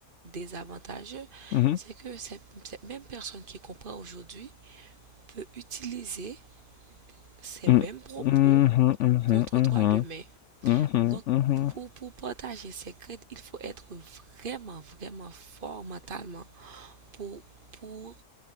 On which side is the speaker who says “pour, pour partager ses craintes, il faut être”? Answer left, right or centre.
Right